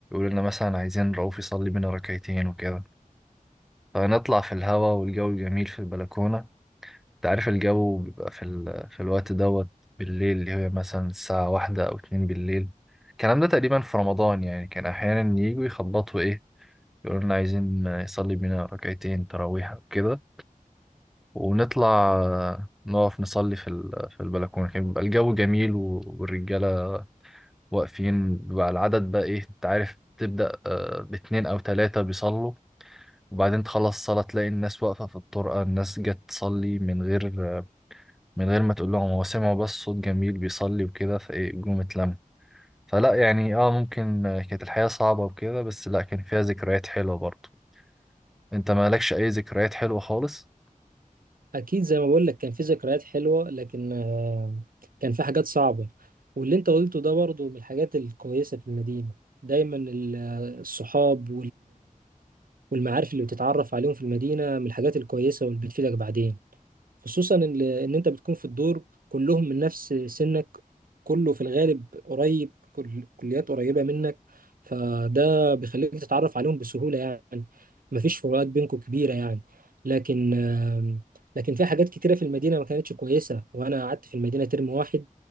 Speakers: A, in the centre; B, on the right.
A: لنا مثلا عايزين رؤوف يصلي بينا ركعتين وكده فنطلع في الهوا والجو جميل في البلكونة انت عارف الجو بيبقى في ال... في الوقت دوت بالليل اللي هي مثلا الساعة واحدة أو اتنين بالليل الكلام ده تقريبا في رمضان يعني كان أحيانا يجوا يخبطوا إيه يقولوا لنا عايزين يصلي بينا ركعتين تراويح أو كده ونطلع نقف نصلي في ال... في البلكونة كان بيبقى الجو جميل و- والرجالة واقفين بقى العدد بقى إيه أنت عارف تبدأ آه، باتنين أو تلاتة بيصلوا وبعدين تخلص الصلاة تلاقي الناس واقفة في الطرقة الناس جت تصلي من غير من غير ما تقول لهم هو سمعوا بس صوت جميل بيصلي وكده فايه جم اتلم فلا يعني اه ممكن آه، كانت الحياة صعبة وكده بس لا كان فيها ذكريات حلوة برضه انت مالكش اي ذكريات حلوة خالص
B: اكيد زي ما بقول لك كان في ذكريات حلوه لكن آه، كان في حاجات صعبه واللي انت قلته ده برضو من الحاجات الكويسه في المدينه دايما ال- الصحاب والمعارف اللي بتتعرف عليهم في المدينة من الحاجات الكويسة واللي بتفيدك بعدين خصوصا إن إن أنت بتكون في الدور كلهم من نفس سنك كله في الغالب قريب كل كليات قريبة منك فده بيخليك تتعرف عليهم بسهولة يعني مفيش فروقات بينكم كبيرة يعني لكن آم، لكن في حاجات كتيرة في المدينة ما كانتش كويسة وأنا قعدت في المدينة ترم واحد